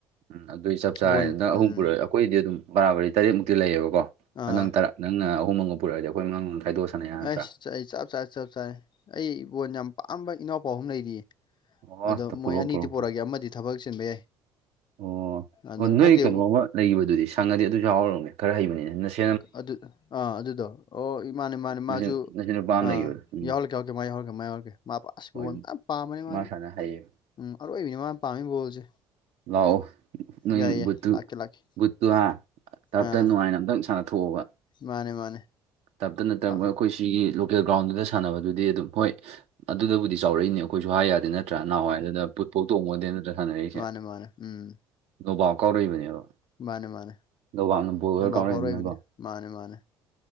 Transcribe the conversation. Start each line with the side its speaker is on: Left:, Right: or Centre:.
Right: ꯎꯝ ꯑꯗꯨꯏ ꯆꯞ ꯆꯥꯔꯦ
Left: ꯕꯣꯟ
Right: ꯅꯪ ꯑꯍꯨꯝ
Left: ꯎꯝ
Right: ꯄꯨꯔꯛꯑ ꯑꯈꯣꯏꯗꯤ ꯑꯗꯨꯝ ꯕꯥꯕꯔꯤ ꯇꯔꯠꯃꯨꯛꯇꯤ ꯂꯩꯌꯦꯕꯀꯣ
Left: ꯑꯥ
Right: ꯅꯪꯅ ꯑꯍꯨꯝ ꯑꯃꯒ ꯄꯨꯛꯑꯗꯤ ꯑꯩꯈꯣꯏ ꯃꯉꯥꯡꯗꯝ ꯈꯥꯏꯗꯣꯛꯑ ꯁꯥꯟꯅ ꯌꯥꯗ꯭ꯔꯥ
Left: ꯑꯁ ꯑꯩ ꯆꯞ ꯆꯥ ꯆꯞ ꯆꯥꯔꯦ ꯑꯩ ꯕꯣꯟ ꯌꯥꯝ ꯄꯥꯝꯕ ꯏꯅꯥꯎꯄꯥꯥꯎ ꯑꯍꯨꯝ ꯂꯩꯔꯤꯌꯦ
Right: ꯑꯣ
Left: ꯑꯗꯣ
Right: ꯄꯨꯔꯛꯑꯣ
Left: ꯃꯣꯏ ꯑꯅꯤꯗꯤ
Right: ꯄꯨꯔꯛꯑꯣ
Left: ꯄꯨꯔꯛꯑꯒꯦ ꯑꯃꯗꯤ ꯊꯕꯛ ꯆꯤꯟꯕ ꯌꯥꯏ
Right: ꯑꯣ
Left: ꯑꯗꯣ
Right: ꯑꯣ ꯅꯣꯏ
Left: ꯈꯪꯗꯦ
Right: ꯀꯩꯅꯣꯝꯃ ꯂꯩꯈꯤꯕꯗꯨꯗꯤ ꯁꯪꯉꯗꯤ ꯑꯗꯨ ꯌꯥꯎꯍꯥꯟ ꯂꯛꯑꯣꯅꯦ ꯈꯔ ꯍꯩꯕꯅꯤꯅꯦ ꯅꯁꯤꯟ
Left: ꯑꯗꯨ ꯑꯥ ꯑꯗꯨꯗꯣ ꯑꯣ ꯏꯃꯥꯅꯦ ꯃꯥꯅꯦ ꯃꯥꯁꯨ
Right: ꯅꯆꯦ ꯅꯆꯦ ꯅꯨꯄꯥ ꯑꯃ
Left: ꯑ
Right: ꯂꯩꯈꯤꯕꯗꯣ ꯎꯝ
Left: ꯌꯥꯎꯍꯜꯂꯛꯀ‌ꯦ ꯌꯥꯎꯍꯜꯂꯛꯀ‌ꯦ ꯃꯥ ꯌꯥꯎꯍꯜꯂꯛꯀ‌ꯦ ꯃꯥ ꯌꯥꯎꯍꯜꯂꯛꯀ‌ꯦ ꯃꯥ ꯄ ꯑꯁ
Right: ꯍꯣꯏ
Left: ꯕ‌ꯣꯟ ꯄ ꯄꯥꯝꯕꯅꯦ ꯃꯥꯅꯤ
Right: ꯃꯥ ꯁꯥꯟꯅ ꯍꯩꯌꯦ
Left: ꯎꯝ ꯑꯔꯣꯏꯕꯤꯅꯤ ꯃꯥꯅ ꯄꯥꯝꯃꯤ ꯕꯣꯜꯁꯦ
Right: ꯂꯥꯛꯑꯣ ꯅꯣꯏ
Left: ꯌꯥꯏ ꯌꯥꯏ
Right: ꯕꯨꯠꯇꯨ
Left: ꯂꯥꯛꯀꯦ ꯂꯥꯛꯀꯦ
Right: ꯕꯨꯨꯠꯇꯨ ꯍꯥꯥ ꯇꯞꯇ
Left: ꯑꯥ
Right: ꯅꯨꯡꯉꯥꯏꯅ ꯑꯝꯇꯪ ꯁꯥꯟꯅ ꯊꯣꯛꯑꯣꯕ
Left: ꯃꯥꯅꯦ ꯃꯥꯅꯦ
Right: ꯇꯞꯇ ꯅꯠꯇꯕ
Left: ꯑꯥ
Right: ꯑꯩꯈꯣꯏ ꯁꯤꯒꯤ ꯂꯣꯀꯦꯜ ꯒ꯭ꯔꯥꯎꯟꯗꯨꯗ ꯁꯥꯟꯅꯕꯗꯨꯗꯤ ꯑꯗꯨꯝ ꯍꯣꯏ ꯑꯗꯨꯗꯕꯨꯗꯤ ꯆꯥꯎꯔꯛꯏꯅꯦ ꯑꯩꯈꯣꯏꯁꯨ ꯍꯥꯏ ꯌꯥꯔꯦ ꯅꯠꯇ꯭ꯔ ꯅꯍꯋꯥꯏꯗꯨꯗ ꯕꯨꯠꯐꯥꯎ ꯇꯣꯡꯄ‌ꯣꯟꯇ‌ꯦ ꯅꯠꯇ꯭ꯔ ꯁꯥꯟꯅꯔꯛꯏꯁꯦ
Left: ꯃꯥꯅ‌ꯦ ꯎꯝ
Right: ꯅꯣꯕꯥꯞ ꯀꯥꯎꯔꯛꯏꯕꯅꯦꯕ
Left: ꯃꯥꯅꯦ ꯃꯥꯅꯦ
Right: ꯅꯣꯕꯥꯞꯅ ꯕꯣꯜ ꯑꯣꯏꯔ
Left: ꯅꯣꯕꯥꯞ
Right: ꯀꯥꯎꯔꯛꯏꯅꯤꯅꯀꯣ
Left: ꯀꯥꯎꯔꯛꯏꯕꯅꯤ ꯃꯥꯅꯦ ꯃꯥꯅꯦ